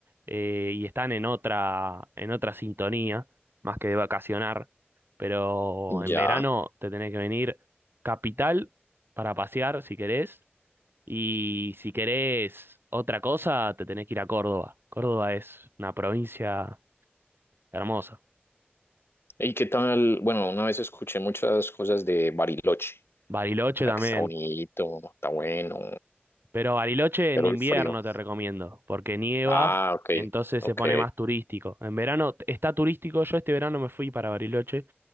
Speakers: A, on the right; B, on the left.
A: eh, y están en otra, en otra sintonía, más que de vacacionar. Pero
B: Ya.
A: en verano te tenés que venir capital para pasear si querés. Y si querés otra cosa, te tenés que ir a Córdoba. Córdoba es una provincia hermosa.
B: ¿Y qué tal? Bueno, una vez escuché muchas cosas de Bariloche.
A: Bariloche
B: Ah,
A: también
B: que está bonito, está bueno,
A: Pero Bariloche en
B: pero
A: invierno
B: el frío.
A: te recomiendo, porque nieva,
B: Ah, ok,
A: entonces
B: ok.
A: se pone más turístico. En verano t- está turístico, yo este verano me fui para Bariloche,